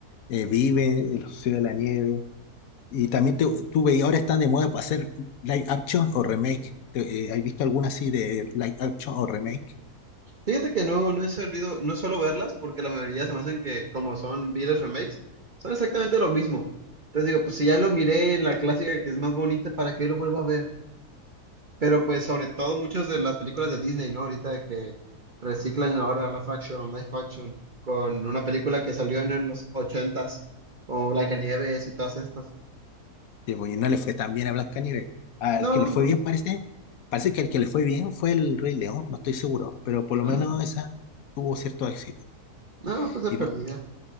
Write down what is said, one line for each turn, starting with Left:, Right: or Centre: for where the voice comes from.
Left: Eh, Vive, La Sociedad de la Nieve, Y también te- tú y ahora están de moda para hacer live action o remake. Te- eh, ¿has visto alguna así de live action o remake?
Right: Fíjate que no, no he solido, no suelo verlas porque la mayoría se me hacen que como son viles remakes, son exactamente lo mismo. Entonces digo, pues si ya lo miré en la clásica que es más bonita, ¿para qué lo vuelvo a ver? Pero pues sobre todo muchas de las películas de Disney, ¿no? Ahorita de que reciclan ahora live action, live action, con una película que salió en, en los ochentas, como Blancanieves y todas estas.
Left: Que, bueno, no le fue tan bien a Blancanieves. Al
Right: No,
Left: que le
Right: no.
Left: fue bien parece, parece que al que le fue bien fue el Rey León, no estoy seguro, pero por lo
Right: Ah,
Left: menos esa tuvo cierto éxito.
Right: no, pues de
Left: Y
Right: perdida.
Left: de-